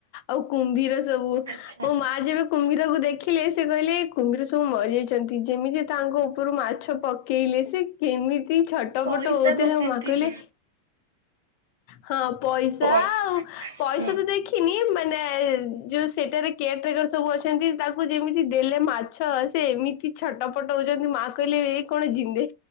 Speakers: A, on the left; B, on the right.
A: ଆଉ କୁମ୍ଭୀର ସବୁ
B: ଆଚ୍ଛା
A: ମୋ ମା ଯେବେ କୁମ୍ଭୀରକୁ ଦେଖିଲେ, ସେ କହିଲେ କୁମ୍ଭୀର ସବୁ ମରିଯାଇଛନ୍ତି ଯେମିତି ତାଙ୍କ ଉପରୁ ମାଛ ପକେଇଲେ ସେ କେମିତି ଛଟ
B: ପଇସା
A: ପଟ ହଉଥିଲା
B: ପକାନ୍ତି
A: ଆଉ ମା କହିଲେ
B: ବି।
A: ହଁ ପଇସା
B: ପଇ
A: ଆଉ ପଇସା
B: ହଁ।
A: ତ ଦେଖିନି ବ ଯୋଉ ସେଠାରେ କେୟାର ଟେକର ସବୁ ଅଛନ୍ତି ତାକୁ ଯେମିତି ଦେଲେ ମାଛ ସେ ଏମିତି ଛଟ ପଟ ହଉଛନ୍ତି ମା କହିଲେ ଏ କଣ ଜିନ୍ଦେ